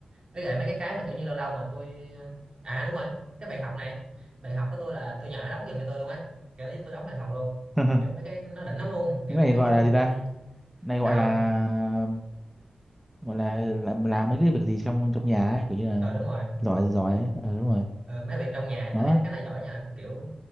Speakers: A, on the right; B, in the centre.
A: với lại mấy cái cái mà kiểu như lâu lâu mà tôi ờ, à đúng rồi cái bàn học này bàn học của tôi là tôi nhờ nó đóng giùm cho tôi luôn ấy kiểu nó giúp tôi đóng bàn học luôn
B: <laughs>
A: kiểu mấy cái nó đỉnh lắm luôn kiểu
B: Cái này
A: mấy
B: gọi
A: cái ừ,
B: là gì ta?
A: ừ,
B: Này gọi
A: sao
B: là
A: không?
B: gọi là làm, làm mấy cái việc gì trong trong nhà ấy, kiểu như là
A: ờ đúng rồi
B: giỏi giỏi ấy. Ờ đúng rồi.
A: Ờ, mấy việc trong nhà thì
B: Nó
A: tôi thấy
B: đó.
A: khá là giỏi nha kiểu